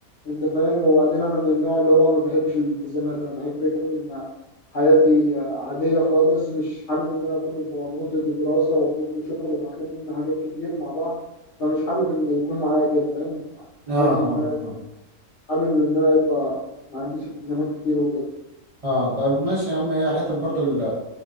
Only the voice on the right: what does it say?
اه
اه
اه طب ماشي يا عم هي حته برضو ال